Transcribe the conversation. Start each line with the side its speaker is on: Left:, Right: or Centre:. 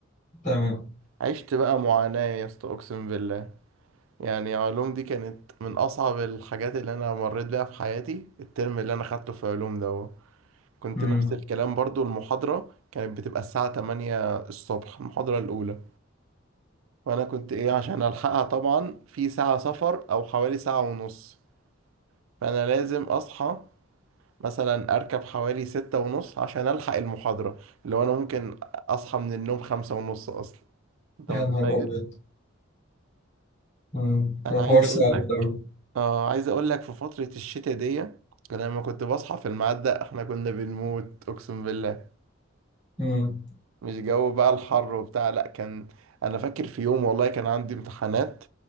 Left: تمام
Right: عشت بقى معاناة يا اسطى اقسم بالله يعني علوم دي كانت من اصعب الحاجات اللي انا مريت بيها في حياتي الترم اللي انا خدته في علوم ده كنت
Left: امم
Right: نفس الكلام برضو المحاضرة كانت بتبقى الساعة 8 الصبح المحاضرة الأولى وأنا كنت إيه عشان ألحقها طبعا في ساعة سفر أو حوالي ساعة ونص فأنا لازم أصحى مثلا أركب حوالي ستة ونص عشان ألحق المحاضرة اللي هو أنا ممكن أصحى من النوم خمسة ونص أصلا أنت
Left: يا
Right: متخيل؟
Left: نهار ابيض امم
Right: أنا
Left: ده الحوار
Right: عايز
Left: صعب
Right: أقول لك
Left: قوي
Right: آه عايز أقول لك في فترة الشتاء دي لما كنت بصحى في الميعاد ده إحنا كنا بنموت أقسم بالله
Left: امم
Right: مش جو بقى الحر وبتاع لا كان انا فاكر في يوم والله كان عندي امتحانات